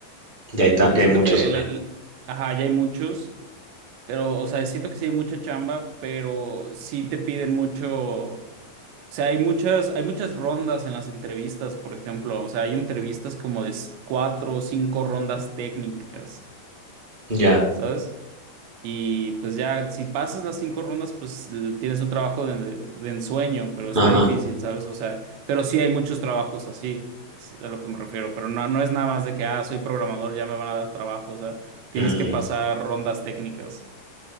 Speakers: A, on the right; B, on the right.
A: Ya hay, ta- ya
B: siento
A: hay muchos.
B: que, la- ajá, ya hay muchos. Pero, o sea, siento que sí hay mucha chamba, pero sí te piden mucho. O sea, hay muchas, hay muchas rondas en las entrevistas, por ejemplo. O sea, hay entrevistas como de s- cuatro o cinco rondas técnicas,
A: Ya,
B: ¿sabes? Y pues ya, si pasas las cinco rondas, pues l- tienes un trabajo de, de ensueño, pero está
A: ajá,
B: difícil, ¿sabes? O sea, pero sí hay muchos trabajos así, es a lo que me refiero. Pero no, no es nada más de que, ah, soy programador, ya me van a dar trabajo. O sea, tienes
A: ujú,
B: que pasar rondas técnicas.